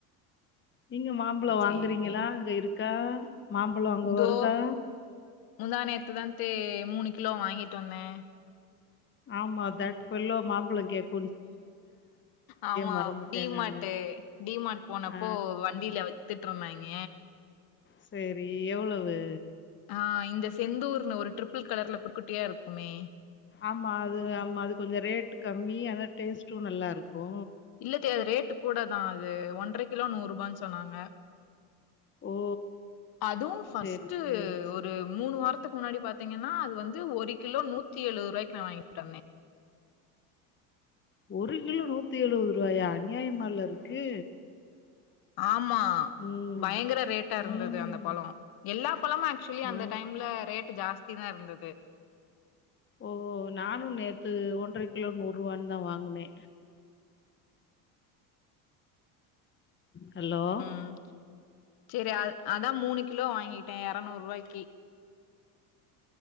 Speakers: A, on the left; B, on the left.
A: நீங்க மாம்பழம் வாங்குறீங்களா
B: சேரி தே
A: அங்க இருக்கா மாம்பழம் அங்க
B: இதோ
A: வருதா?
B: முந்தா நேத்துதா தே மூணு கிலோ வாங்கிட்டு வந்தே
A: ஆமா தட் பெல்லோ மாம்பழம் கேக்
B: ஆமா
A: மறந்துட்டேன்
B: டிமார்ட்
A: நானு.
B: டிமாட் போனப்போ
A: ஆ
B: வண்டியில வச் வித்துட்டு இருந்தாங்க
A: சேரி எவ்வளவு
B: ஆ இந்த செந்தூர்னு ஒரு ட்ரிபிள் கலர்ல குட்டுகுட்டியா இருக்குமே
A: ஆமா அது ஆமா அது கொஞ்ச ரேட் கம்மி ஆனா டேஸ்ட்டும் நல்லா இருக்கு
B: இல்லத்த அது ரேட்டு கூட தா அது ஒன்றர கிலோ நூறு ரூபானு சொன்னாங்க
A: ஓ!
B: அதுவு ஃபஸ்டு
A: சரி,
B: ஒரு
A: சரி.
B: ஒரு மூணு வாரத்துக்கு முன்னாடி பாத்தீங்கன்னா அது வந்து ஒரு கிலோ நூத்தி எழுபது ரூபாய்க்கு நா வாங்கிட்டு வந்தே
A: ஒரு கிலோ நூத்தி எழுவோ ரூபாயா அநியாயமல்லா இருக்கு
B: ஆமா
A: ம்.
B: பயங்கர ரேட்டா இருந்தது
A: ம்.
B: அந்த பழோ எல்லா பழமும் ஆக்சுஅலி
A: ஆ.
B: அந்த டைம்ல ரேட்டு ஜாஸ்தி தா இருந்தது
A: ஓ நானு நேத்து ஒன்றர கிலோ நூறு ரூவான்னு தா வாங்கினே ஹலோ
B: ம் சேரி அ அதா மூணு கிலோ வாங்கிட்டே இரநூறு ரூபாய்க்கு